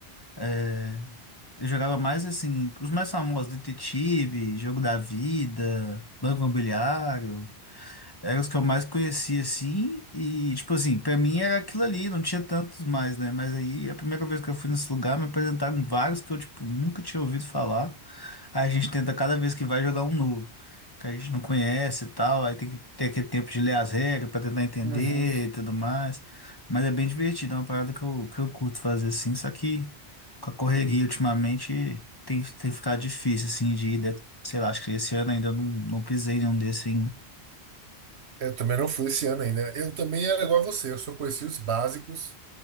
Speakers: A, on the left (about 20°); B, on the right (about 75°).
A: É, eu jogava mais assim, os mais famosos, Detetive, Jogo da Vida, Banco Imobiliário. Eram os que eu mais conhecia, assim, e, tipo assim, pra mim era aquilo ali, não tinha tantos mais, né? Mas aí, a primeira vez que eu fui nesse lugar, me apresentaram vários que eu, tipo, nunca tinha ouvido falar. Aí a gente tenta cada vez que vai jogar um novo, que a gente não conhece e tal, aí tem que ter aquele tempo de ler as regras pra tentar entender
B: Uhum.
A: e tudo mais. Mas é bem divertido, é uma parada que eu, que eu curto fazer, assim, só que com a correria ultimamente tem, tem ficado difícil, assim, de ir, né? Sei lá, acho que esse ano ainda eu não, não pisei em nenhum desses ainda.
B: Eu também não fui esse ano ainda. Eu também era igual a você, eu só conheci os básicos.